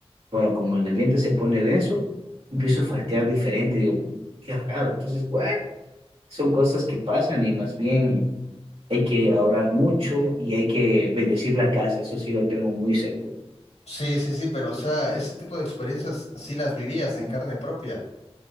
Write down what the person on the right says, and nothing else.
bueno, como el ambiente se pone denso, empiezo a faltear diferente. Digo, "Mm, qué raro. Entonces, bueno, son cosas que pasan y más bien hay que orar mucho y hay que bendecir la casa. Eso sí lo tengo muy seguro.